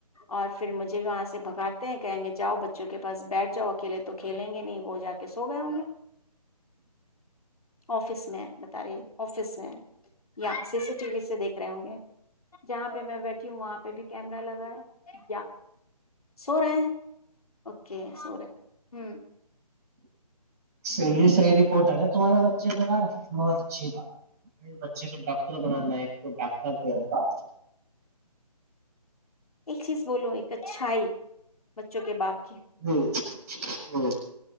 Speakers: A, on the left (about 65°); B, on the right (about 25°).
A: اور پھر مجھے وہاں سےھگاتے ہیں کہیں گے جاؤ بچوں کے پاس بیٹھ جاؤ اکیلے تو کھیلیں گے نہیں وہ جا کے سو گئے ہوں گے آفس میں بتا رہی آفس میں یا سی سی ٹی وی سے دیکھ رہے ہوں گے جہاں پہ میں بیٹھی ہوں وہاںہ بھی کیمر لگا یا سو رہے ہیں اوکے سورن ہوں
B: س یہح رپورٹ ہےا تمہارے بچے یار بہت اچھی بات بچے کو ڈاکٹر بنانا ہے ایک کو ڈاکٹر دتا
A: ایک چیز بولو ایک اچھائی بچوں کے باپ کی
B: ہوں ہوں